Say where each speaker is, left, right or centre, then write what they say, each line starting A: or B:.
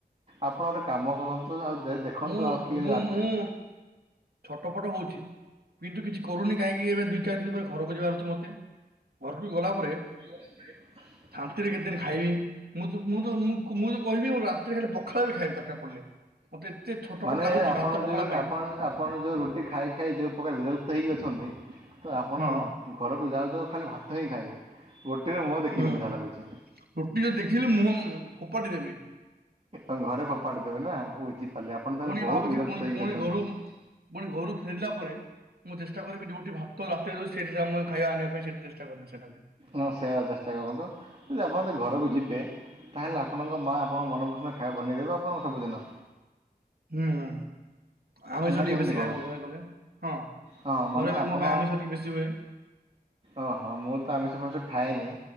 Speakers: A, on the right (about 40°); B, on the right (about 70°).
A: ଆପଣ ଗୋଟେ କାମ କରନ୍ତୁ ଆଉ ଦେ ଦେଖନ୍ତୁ
B: ମୁଁ
A: ଆଉ କିଏ
B: ମୁଁ
A: ରାତି
B: ମୁଁ ଛୋଟ ପଟ ହଉଛି କିନ୍ତୁ କିଛି କରୁନି କାହିଁକି ଏବେ ଦୁଇ ଚାରି ଦିନ ପରେ ଘରକୁ ଯିବାର ଅଛି ମତେ। ଘରକୁ ଗଲା ପରେ
A: <inaudible>
B: ଶାନ୍ତିରେ କେତେଦିନ ଖାଇବି। ମୁଁ ତ ମୁଁ ତ ମୁଁ ମୁଁ କହିବି ପୁରା ତୁ ହେଲେ ପଖାଳ ବି ଖାଇବି ଦରକାର ପଡିଲେ। ମତେ ଏତେ ଛଟପଟ
A: ମାନେ
B: ଲାଗୁଛି
A: ଆପଣ
B: ଭାତ ପଖାଳ
A: ଯଉ
B: ପାଇଁ
A: ଆପଣ ଆପଣ ଯଉ ରୁଟି ଖାଇ ଖାଇ ଯୋଉ ପ୍ରକାର ବିରକ୍ତ ହେଇକି ଅଛ ନ୍ତି ତ ଆପଣ
B: ହୁଁ
A: ଘରକୁ ଯାଉ ଯାଉ ଖାଲି ଭାତ ହିଁ ଖାଇବେ। ରୁଟି ର ମୁହଁ ଦେଖିବେନି
B: ହୁଁ।
A: ଯାହା ଲାଗୁଛି।
B: ରୁଟି ଯଦି ଦେଖିଲି ମୁହଁ ଫୋପାଡ଼ି ଦେବି
A: ଆଉ ଘରେ ଫୋପାଡି ଦେବେ ନା ଓ ବୁଝିପାରିଲି ଆପଣ ତାହେଲେ
B: ପୁଣି
A: ବହୁତ
B: ଭାବୁଛି
A: ବିରକ୍ତ
B: ପୁଣି
A: ହେଇକି
B: ପୁଣି
A: ଅଛନ୍ତି।
B: ଘରୁ ପୁଣି ଘରୁ ଫେରିଲା ପରେ ମୁଁ ଚେଷ୍ଟା କରିବି ଯୋଉଠି ଭାତ ରାତିରେ ଦଉଚି ସେଠି ଖାଇବା ଆଣିବା ପାଇଁ ସେଠି ଚେଷ୍ ଷ୍ଟା କାରିମି ସେଠାକୁ।
A: ହଁ ସେୟା ଚେଷ୍ଟା କରନ୍ତୁ ଯ ଆପଣ ଯଦି ଘରକୁ ଯିବେ ତାହେଲେ ଆପଣଙ୍କ ମା ଆପଣଙ୍କ ମନପସନ୍ଦ ଖାଇବା ବନେଇଦେବେ ଆପଣ ସବୁଦିନ
B: ହୁଁ ହୁଁ। ଆମିଷ
A: ନା
B: ଟିକେ
A: କେମିତି
B: ବେଶୀ
A: କଣ?
B: ଖାଏ ମୁଁ ଘରେ ଗଲେ ହଁ
A: ହଁ ମାନେ
B: ଘରେ ଗଲେ
A: ଆପଣ
B: ମୋ ପାଇଁ ଆମିଷ ଟିକେ ବେଶି ହୁଏ।
A: ଓହୋ ମୁଁ ତ ଆମିଷ ଫାମିଷ ଖାଏନି।